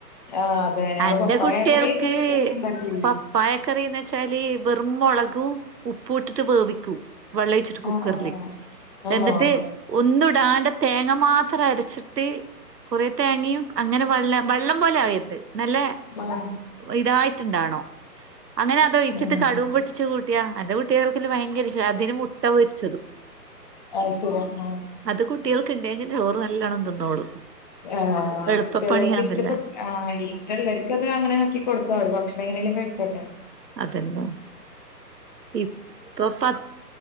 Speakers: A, on the left; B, on the right.
A: ആ അതെ ഞങ്ങള്
B: അന്റെ
A: പപ്പായ
B: കുട്ടിയേൾക്ക്
A: കറിന്ന് വെച്ചിട്ട് അങ്ങനെ ഉണ്ടാക്കലില്ല
B: പ പ്പായ കറീന്ന് വെച്ചാല് വെറും മുളകു ഉപ്പു ഇട്ടിട്ട് വേവിക്കു വെള്ളൊയിച്ചിട്ട് കുക്കർല്
A: ആ ആ ആണോ
B: എന്നിട്ട് ഒന്നു ഇടാണ്ടെ തേങ്ങ മാത്രം അരച്ചിട്ട് കൊറെ തേങ്ങയും അങ്ങനെ വെള്ള വെള്ളം പോലെ ആവരുത് നല്ല
A: ഉം
B: ഇതായിട്ടുണ്ടാണോ! അങ്ങനെ അതൊയിച്ചിട്ട്
A: ഉം
B: കടുവും പൊട്ടിച്ചു കൂട്ടിയാ അന്റെ കുട്ടികൾക്ക്‌ ഭയങ്കര അതിന് മുട്ട പൊരിച്ചതും. <inaudible>
A: അത് ശരി ആ.
B: അത് കുട്ടികൾക്ക് ഉണ്ടെങ്കിൽ ചോറ് നല്ലാണം തിന്നോളും.
A: ആഹ
B: എളുപ്പപ്പണിയാന്നല്ല
A: ചിലർക്ക് ഇഷ്ടപ്പെട്ടു. ആഹ് ഇഷ്ടമുള്ളവർക്ക് അത് അങ്ങനെ ആക്കി കൊടുത്തോള ഭക്ഷണം എങ്ങനെലിലും കഴിച്ചോട്ട
B: അതെന്നാ ഇപ്പൊ പ